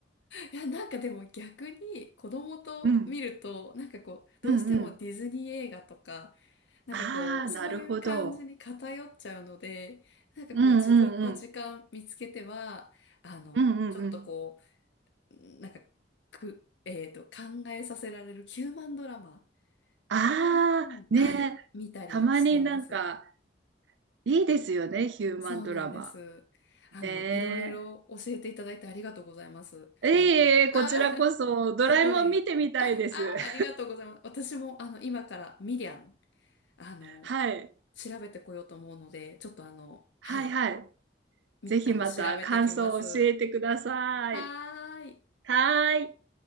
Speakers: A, on the left; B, on the right.
A: いや、なんかでも逆に子供と見ると、
B: うん、
A: なんかこう、どうしてもディズニー映画とか、
B: うんうん。
A: なんかこう、
B: ああ、
A: そういう感じに偏っちゃうので、
B: なるほど。
A: なんかこう、
B: うんうんうん。
A: 自分の時間見つけては、あの、
B: うんうんうん。
A: ちょっとこう、なんか、く、えっと、考えさせられるヒューマンドラマ
B: ああ、
A: でも、
B: ねえ、
A: はい、見たりしてます。
B: たまになんか、いいですよね、ヒューマンドラマ。
A: そうなんです。あの、
B: ね
A: いろいろ教えていただいてありがとうございます。
B: え。ええ、こちらこそ、
A: あーすごい。
B: ドラえもん見てみたいです。
A: あ、
B: <laughs>
A: ありがとうございます。私も、あの、今から、ミリアン、あの、
B: はい。
A: 調べてこようと思うので、ちょっとあの、
B: はいはい。
A: はい、み、
B: ぜひまた感想を教えてください。
A: あの、調べてきます。はーい。
B: はーい。